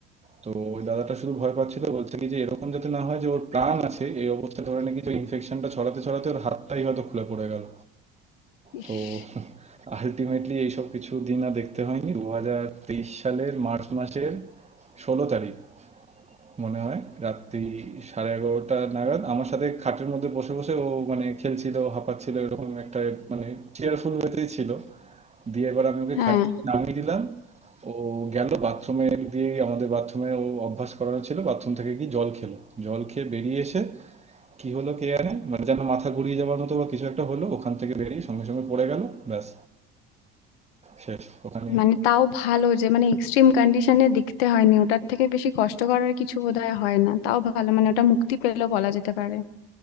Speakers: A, on the right; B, on the left.
A: তো ওই দাদাটা শুধু ভয় পাচ্ছিল বলছে কি যে এরকম যাতে না হয় যে ওর প্রাণ আছে এই অবস্থায় ধরে নাকি যে ইনফেকশনটা ছড়াতে ছড়াতে ওর হাতটাই হয়তো খুলে পড়ে গেল
B: ইস
A: তো আলটিমেটলি এইসব কিছু দিন আর দেখতে হয়নি দু হাজার তেইশ সালের মার্চ মাসের ষোলো তারিখ মনে হয় রাত্রি সাড়ে এগারোটা নাগাদ আমার সাথে খাটের মধ্যে বসে বসে ও মানে খেলছিল হাঁপাচ্ছিল এরকম একটা মানে চেয়ারফুল ওয়েতেই ছিল দিয়ে এবার আমি ওকে
B: হ্যাঁ
A: খাট থেকে নামিয়ে দিলাম ও গেল বাথরুমে দিয়ে আমাদের বাথরুমে ও অভ্যাস করানো ছিল বাথরুম থেকে কি জল খেলো জল খেয়ে বেরিয়ে এসে কি হলো কে জানে মানে যেন মাথা ঘুরিয়ে যাওয়ার মতো বা কিছু একটা হলো ওখান থেকে বেরিয়ে সঙ্গে সঙ্গে পড়ে গেল ব্যাস শেষ ওখানেই
B: মানে তাও ভালো যে মানে এক্সট্রিম কন্ডিশনে দেখতে হয়নি ওটার থেকে বেশি কষ্টকর আর কিছু বোধহয় হয় না তাও ভালো মানে ওটা মুক্তি পেলো বলা যেতে পারে